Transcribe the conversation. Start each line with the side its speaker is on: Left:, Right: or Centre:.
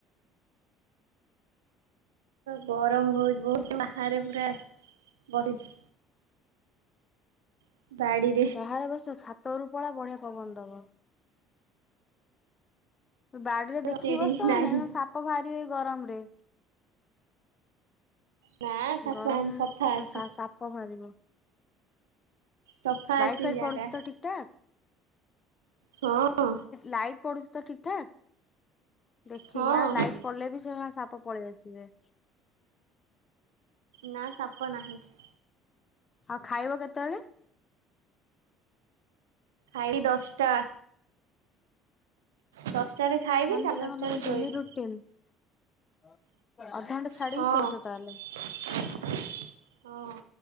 Right: ଗରମ ହଉଚି ବହୁତ୍ ବାହାରେ ପୁରା ବଇଚି। <unintelligible>
Left: ବାହାର ବସ ଛାତଉପରକୁ ପଳା ବଢିଆ ପବନ ଦବ। ବାଡିରେ ଦେଖି
Right: ସିଡି
Left: ବସ,
Right: ନାହିଁ
Left: ନେଉଳ ସାପ ବାହାରିବେ ଏଇ ଗରମରେ।
Right: ନା ସାପ
Left: ଗରମ
Right: ସଫା
Left: ସା
Right: ଅଛି।
Left: ସା ସାପ ବାହାରିବ।
Right: ସଫା
Left: ଲାଇଟ
Right: ଅଛି
Left: ଫାଇଟ୍
Right: ଜାଗା
Left: ପଡୁଚି ତ ଠିକ୍ ଠାକ୍?
Right: ହଁ।
Left: ଲାଇଟ୍ ପଡୁଚି ତ ଠିକ୍ ଠାକ୍? ଦେଖିକି
Right: ହଁ
Left: ଆଁ ଲାଇଟ୍ ପଡିଲେ ବି ସେ ସାପ ପଳେଇଆସିବେ।
Right: ନା ସାପ ନାହାଁନ୍ତି।
Left: ଆଉ ଖାଇବ କେତେବେଳେ?
Right: ଖାଇବି ଦଶଟା। ଦଶଟାରେ ଖାଇବି
Left: ମାନେ
Right: ସାଢେ
Left: ସେଇଟା
Right: ଦଶଟାରେ
Left: କଣ ତମ
Right: ଶୋଇବି
Left: ଡେଲି ରୁଟିନ୍? ଅଧଘଣ୍ଟେ ଛାଡିକି
Right: ହଁ
Left: ଶୋଉଚ ତାହେଲେ?
Right: <inaudible> ହଁ।